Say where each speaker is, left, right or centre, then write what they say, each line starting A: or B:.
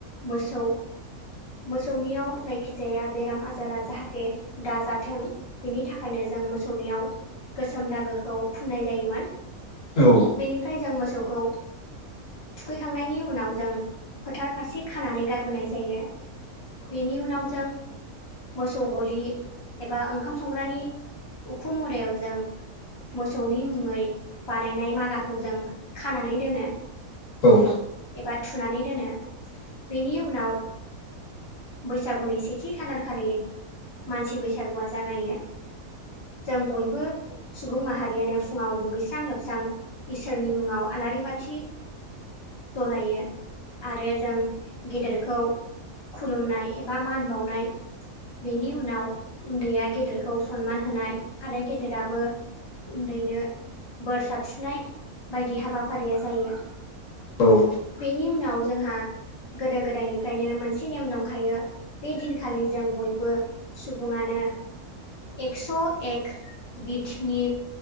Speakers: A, on the left; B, on the left.
A: मोसौ मोसौनियाव जायखिजाया बेराम आजारा जाहाथे दाजाथों बेनि थाखाय नो जों मोसौनियाव गोसोम दागोखौ फुननाय जायोमोन
B: औ
A: बेनिफ्राय जों मोसौखौ थुखैखांनायनि उनाव जों फोथार फारसे खानानै गारबोनाय जायो बेनि उनाव जों मोसौ गलि एबा ओंखाम संग्रानि उखुम मुदायाव जों मोसौनि मुङै बानायनाय मालाखौ जों खानानै दोनो
B: औ
A: एबा थुनानै दोनो बेनि उनाव बैसागुनि सेथि खालारखालि मानसि बैसागुआ जागायो जों बयबो सुबुं माहारि रियानो फुङाव दुगैस्रां लोबस्रां इसोरनि मुुङाव आलारि बाथि जलायो आरो जों गेदेरखौ खुलुमनाय एबा मान बावनाय बेनि उनाव उन्दैया गेदेरखौ सनमान होनाय आरो गेदेराबो उन्दैनो बोर सारस्रिनाय बायदि हाबाफारिया जायो
B: औ
A: बेनि उनाव जोंहा गोदो गोदायनिफ्रायनो मोनसे नेम दंखायो बे दिनखालि जों बयबो सुबुङानो एक्स' एक बिटनि